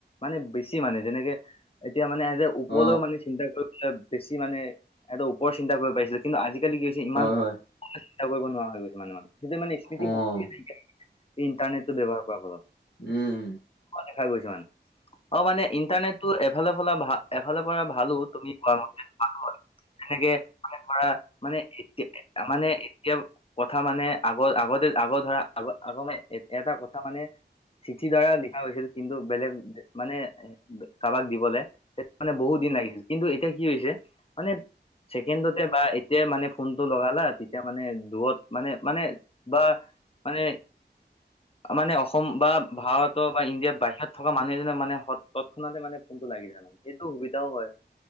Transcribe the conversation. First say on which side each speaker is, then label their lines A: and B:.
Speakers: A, on the left; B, on the left.
A: মানে বেছি মানে যেনেকে এতিয়া মানে আজি ওপৰলৈও
B: অ',
A: মানে চিন্তা কৰিবলৈ বেছি মানে। এটা ওপৰ চিন্ত কৰিব পাৰিছিলে কিন্তু আজিকালি কি হৈছে
B: হয়,
A: ইমান
B: হয়,
A: চিন্তা কৰিব নোৱাৰা হৈ গৈ মানে মানুহে। সেইটো মানে স্মৃতি
B: অ',
A: শক্তি নাই ইণ্টাৰনেট টো ব্যৱহাৰ কৰাৰ ফলত।
B: উম
A: দেখা গৈছে মানে। অ মানে ইণ্টাৰনেটটো এফালোল ভ এফালে পৰা ভালো তুমি কোৱা মান ভ এনেকে মানে ধৰা মানে এতিয়া মানে এতিয়া কথা মানে আগৰ আগতে আগৰ ধৰা আগ আগ এটা কথা মানে চিঠিৰ দ্বাৰা লিখা হৈছিল কিন্তু বেলেগ মানে কাৰোবাক দিবলে‌ মানে বহুত দিন লাগিছিল কিন্তু এতিয়া কি হৈছে মানে ছেকেণ্ডতে বা এতিয়া মানে ফোনটো লগালা তেতিয়া মানে দূৰত মানে মানে বা মানে
B: <unintelligible>
A: মানে অসম বা ভাৰতৰ বা ইণ্ডিয়াৰ বাহিৰত থকা মানুহ এজনে মানে সৎ খতে মানে ফোনটো লাগি যায় মানে এইটো সুবিধাও হয়